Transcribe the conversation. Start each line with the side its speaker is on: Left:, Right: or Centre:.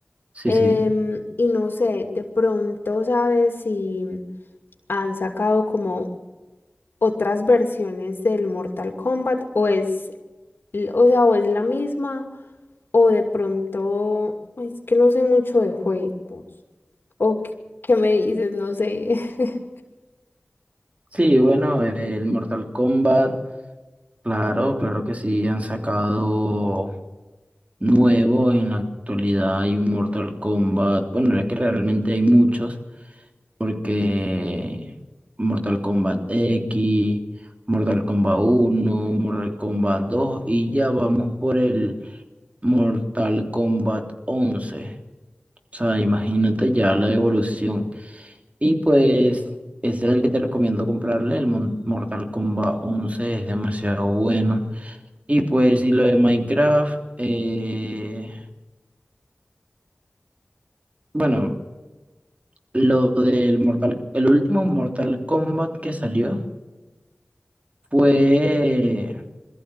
Right: Sí,
Left: Em,
Right: sí.
Left: y no sé, de pronto sabes si han sacado como otras versiones del Mortal Kombat o es, l- o sea, o es la misma o de pronto es que no sé mucho de juegos o qué, qué me dices, no sé. <laughs>
Right: Sí, bueno, el Mortal Kombat, claro, claro que sí, han sacado. nuevo. En la actualidad hay un Mortal Kombat. Bueno, es que realmente hay muchos, porque Mortal Kombat X, Mortal Kombat uno, Mortal Kombat dos y ya vamos por el Mortal Kombat once O sea, imagínate ya la evolución. Y pues ese es el que te recomiendo comprarle. El Mon- Mortal Kombat once es demasiado bueno. Y pues y lo de Minecraft, eh, bueno. Lo del Mortal, el último Mortal Kombat que salió fue,